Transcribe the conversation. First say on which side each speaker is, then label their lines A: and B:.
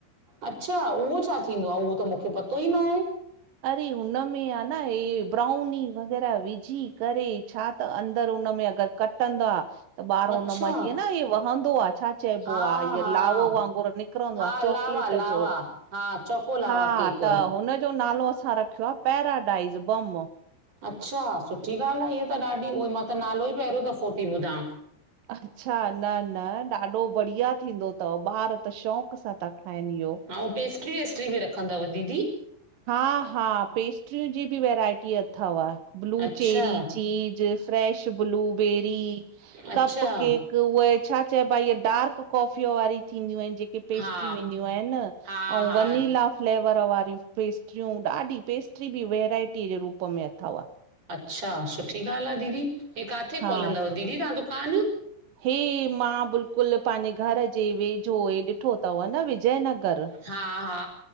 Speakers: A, on the right (about 35°); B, on the right (about 75°).
A: अच्छा उहो छा थींदो आ उहो त मूंखे पतो ई न आहे
B: अरे हुनमें आहे न ही ब्राउनी वग़ैरह विझी करे छा त अंदरि हुन में अगरि कटंदा त ॿारु
A: अच्छा,
B: हुन मां जीअं न हे वहंदो आ छा चइबो
A: हा
B: आ इअ
A: हा
B: लावो वांगुरु नि निकरंदो
A: हा
B: आ
A: लावा
B: चॉकलेट
A: लावा
B: जो,
A: हा चोको लावा
B: हा
A: केक
B: त हुन जो नालो असां रखियो आ पैराडाइस बम
A: अच्छा सुठी ॻाल्हि आहे इह त ॾाढी उहोई मां त नालो ई पहिरियों दफ़ो थी ॿुधां
B: अच्छा न, न ॾाढो बढ़िया थींदो अथव ॿार त शौंक सां था खाइनि इहो
A: अंऊँ पेस्ट्री-वेस्ट्री बि रखंदव दीदी
B: हा, हा पेस्ट्रिय जी बि वैरायटी अथव blueberry,
A: अच्छा
B: cheese, fresh blueberry,
A: अच्छा
B: cup केक उहे छा चइबा इय डार्क कॉफीअ वारी थींदियूं आहिन जे क पेस्ट्रीूं
A: हा
B: वेंदियूं आहिनि अंऊँ
A: हा हा
B: वनिला फ्लेवर वारियूं पेस्ट्रियूं, ॾाढी पेस्ट्री बि वैराइटीअ जे रूप में अथव
A: अच्छा सुठी ॻाल्हि आहे दीदी हे काथे
B: हा
A: खोलंदव दीदी तव्हां दुकान
B: हे मां बिलकुल पंहिंजे घर जे वेझो हे ॾिठो अथव न विजय नगर
A: हा हा